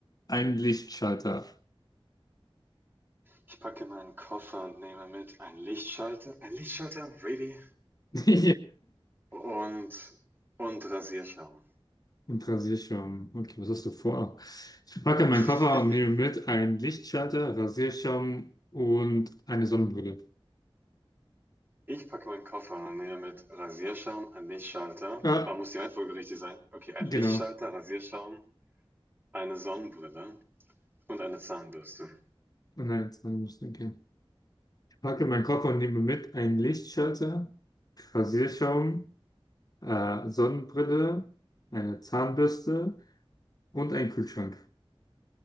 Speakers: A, on the left; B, on the right.
A: einen Lichtschalter.
B: Ich packe meinen Koffer und nehme mit einen Lichtschalter. Ein Lichtschalter? Really?
A: <laughs>
B: Und, und Rasierschaum.
A: Im Rasierschaum. Okay, was hast du vor? Ich packe meinen
B: <laughs>
A: Koffer und nehme mit einen Lichtschalter, Rasierschaum und eine Sonnenbrille.
B: Ich packe meinen Koffer und nehme mit Rasierschaum, ein Lichtschalter.
A: Ja,
B: Ah, muss die Reihenfolge richtig sein? Okay, ein
A: genau.
B: Lichtschalter, Rasierschaum, eine Sonnenbrille Und eine Zahnbürste.
A: Nein, jetzt haben wir es, okay. Ich packe meinen Koffer und nehme mit einen Lichtschalter, Rasierschaum, äh, Sonnenbrille, eine Zahnbürste und einen Kühlschrank.